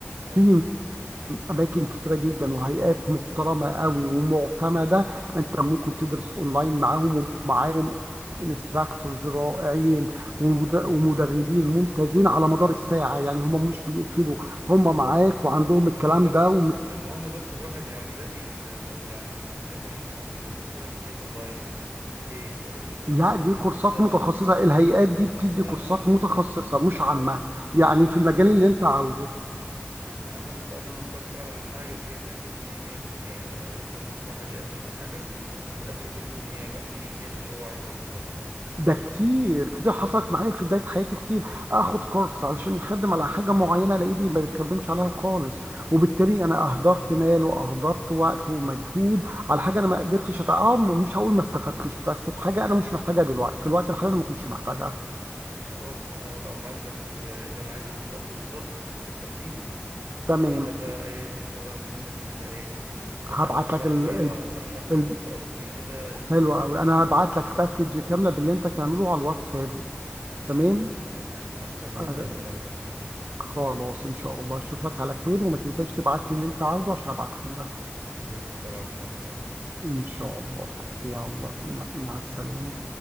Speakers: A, on the right; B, on the right.
A: اه
B: في اماكن كتيره جدا وهيئات محترمه قوي ومعتمده انت ممكن تدرس اونلاين معاهم ومعاهم انستراكتورز رائعين ومد-
A: تمام
B: ومدربين ممتازين على مدار الساعه يعني هم مش بيقفلوا
A: بس
B: هم معاك وعندهم
A: المهم
B: الكلام
A: بس
B: ده ومس...
A: المهم بس الواحد يعني يلاقي ال- او يعني لما اشتري كان- ما هو في كورسات فعلا كتير اونلاين وفي شر... في
B: لا
A: شركات
B: دي
A: كتير
B: كورسات
A: شفتها
B: متخصصه الهيئات دي
A: بس
B: بتدي
A: انا
B: كورسات
A: المهم
B: متخصصه مش
A: انا
B: عامه
A: حابب انا
B: يعني
A: حابب
B: في المجال اللي انت عاوزه
A: ما انا حابب بقى ان انا اختار فعلا الحاجه اللي هي تناسبني 100% يعني ممكن الواحد يقدم في حاجه وفي الاخر يكتشف ان هي لا مش هي دي اللي هو عايزها بالظبط
B: ده كتير كتير حصلت معايا في بداية حياتي كتير اخد كورس علشان يخدم على حاجة معينة الاقيه بي- ما بيخدمش عليها خالص وبالتالي انا اهدرت مال واهدرت وقت ومجهود على حاجة انا ما قدرتش أتع- اه م- مش هقول ما استفدتش بس في حاجة انا مش محتاجها دلوقتي في الوقت الحالي انا ما كنتش محتاجها
A: خلاص انا هبقى ابعت لك اللي اللي انا عايزه بالظبط بالظبط بالتحديد
B: تمام
A: وانت بقى ايه وانت بقى مهمتك ان انت ايه ترشح
B: هبعت لك ال...
A: لي
B: ال...
A: اه ترشح لي
B: ال...
A: كورس او اتنين كده
B: حلو
A: يبقى
B: قوي انا هبعت لك باكج كاملة باللي انت تعمله على الواتساب تمام
A: تمام هستنى
B: آه،
A: منك الكلام ده
B: خلاص ان شاء الله اشوفك على خير وما تنساش تبعت لي اللي انت عاوزه عشان ابعته لك
A: بإذن الله ابعته لك حاضر
B: إن شاء الله
A: ماشي
B: يلا
A: مع السلامة
B: مع مع السلامة